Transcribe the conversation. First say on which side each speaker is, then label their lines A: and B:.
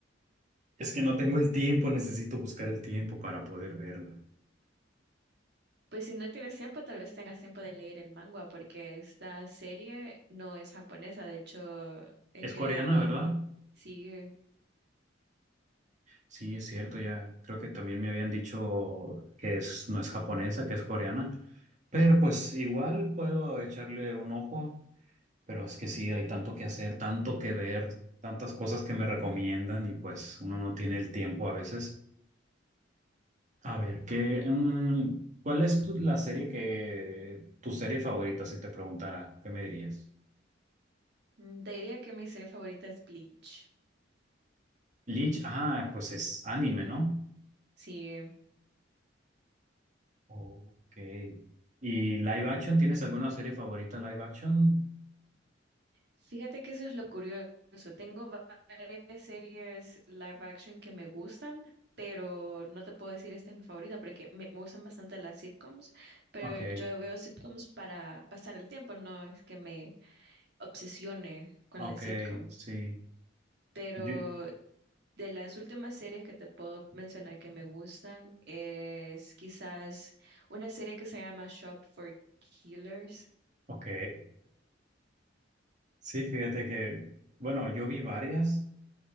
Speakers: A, on the right; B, on the right.
A: Es que no tengo el tiempo, necesito buscar el tiempo para poder verla.
B: Pues si no tienes tiempo, tal vez tengas tiempo de leer el manga, porque esta serie no es japonesa, de hecho, el
A: Es
B: creador...
A: coreana, ¿verdad?
B: Sí,
A: Sí, es cierto, ya creo que también me habían dicho que es, no es japonesa, que es coreana, pero pues igual puedo echarle un ojo, pero es que sí, hay tanto que hacer, tanto que ver, tantas cosas que me recomiendan y pues uno no tiene el tiempo a veces. A ver, ¿qué, mm, cuál es tu- la serie que, tu serie favorita, si te preguntara, ¿qué me dirías?
B: Mm, Te diría que mi serie favorita es Bleach.
A: Bleach, ah, pues es anime, ¿no?
B: Sí,
A: Ok. ¿Y live action? ¿Tienes alguna serie favorita live action?
B: fíjate que eso es lo curioso. Tengo varias series live action que me gustan, pero no te puedo decir esta es mi favorita porque me, me gustan bastante las sitcoms, pero
A: Ok.
B: yo veo sitcoms para pasar el tiempo, no es que me obsesione con
A: Ok,
B: las sitcoms.
A: sí.
B: Pero
A: Yo,
B: de las últimas series que te puedo mencionar que me gustan es quizás una serie que se llama Shop for Killers.
A: ok, sí, fíjate que, bueno, yo vi varias.